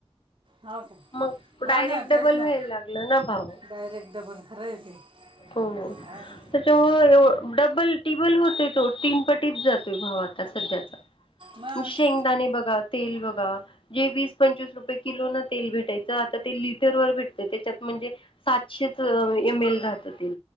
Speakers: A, on the right (about 55°); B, on the left (about 55°).
A: हो का
B: मग
A: हा
B: डायरेक्ट
A: ना
B: डबल
A: तेच ना
B: व्हायला लागलं ना भाऊ
A: डायरेक्ट डबल खरं आहे ते
B: हो
A: काय
B: त्याच्यामुळ ए डबल टिबल होतोय तो तीन पटीच जातोय भाव आता सध्याचा
A: मग
B: म्हणजे शेंगदाणे बघा तेल बघा जे वीस पंचवीस रुपये किलो ना तेल भेटायचं आता ते लिटर वर भेटत त्याच्यात म्हणजे सातशेच एम एल राहत ते